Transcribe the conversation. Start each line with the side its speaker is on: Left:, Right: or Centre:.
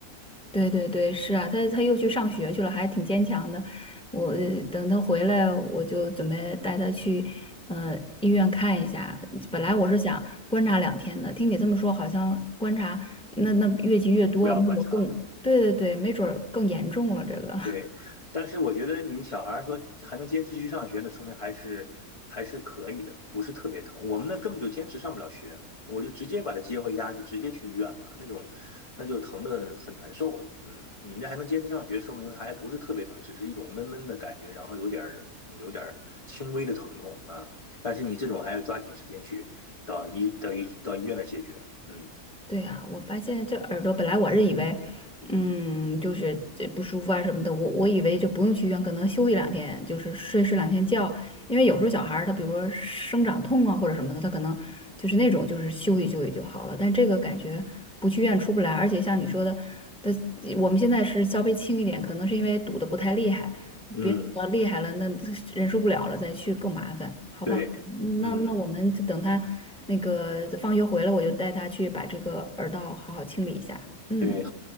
Centre: <laughs> 对对对，是啊，他他又去上学去了，还挺坚强的。我呃等他回来，我就准备带他去呃医院看一下。本来我是想观察两天的，
Left: 嗯，
Centre: 听你这么说，好像观察那那越积越多，
Left: 不要观察了。
Centre: 没准儿更，对对对，没准儿更严重了这个。
Left: 对，但是我觉得你小孩儿说还能坚持去上学呢，说明还是还是可以的，不是特别疼。我们那根本就坚持上不了学，我就直接把他接回家，就直接去医院了，那种那就疼的很难受了。嗯，你们这还能坚持上学，说明还不是特别疼，只是一种闷闷的感觉，然后有点儿嗯有点儿轻微的疼痛啊。但是你这种还要抓紧时间去到医到医到医院来解决。嗯
Centre: 对啊，我发现这耳朵本来我是以为，嗯，就是这不舒服啊什么的，我我以为就不用去医院，可能休息两天，就是睡睡两天觉，因为有时候小孩儿他比如说生长痛啊或者什么的，他可能就是那种就是休息休息就好了，但这个感觉不去医院出不来，而且像你说的，的我们现在是稍微轻一点，可能是因为堵得不太厉害，
Left: 嗯，
Centre: 别堵得厉害了那忍受不了了再去更麻烦，好吧。
Left: 对，
Centre: 那那我们就等他那个放学回来，
Left: 嗯。
Centre: 我就带他去把这个耳道好好清理一下。嗯，
Left: 对。